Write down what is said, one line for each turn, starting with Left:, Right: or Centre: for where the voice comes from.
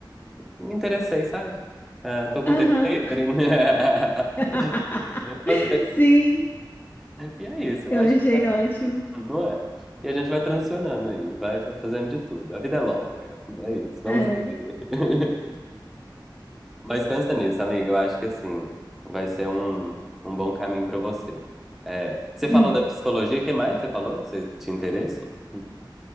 Centre: me interessei, sabe? Ah, tô com
Left: Aham.
Centre: tempo livre. <laughs>
Left: <laughs>
Centre: Vou fazer.
Left: Sim,
Centre: E é isso,
Left: eu
Centre: eu acho
Left: achei ótimo.
Centre: que não é. E a gente vai transicionando aí, vai, vai fazendo de tudo. A vida é longa, é isso, vamos
Left: É.
Centre: viver. <laughs> Mas pensa nisso, amiga, eu acho que assim, vai ser um, um bom caminho pra você. É, você falou
Left: Uhum.
Centre: da psicologia, o que mais você falou que você tinha interesse? Hum.